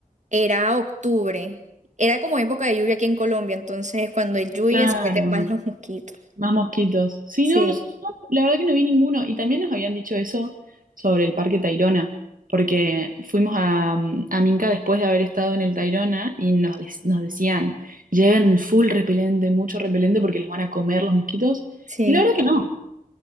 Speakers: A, on the right; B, on the right.
A: Era octubre. Era como época de lluvia aquí en Colombia, entonces cuando hay lluvia
B: Claro,
A: se meten más los mosquitos.
B: más mosquitos. Sí,
A: Sí,
B: no, nosotros, no, la verdad que no vi ninguno. Y también nos habían dicho eso sobre el Parque Tayrona, porque fuimos a, mm, a Minca después de haber estado en el Tayrona y nos, de- nos decían, lleven full repelente, mucho repelente, porque los van a comer los mosquitos.
A: sí.
B: Y la verdad que no, no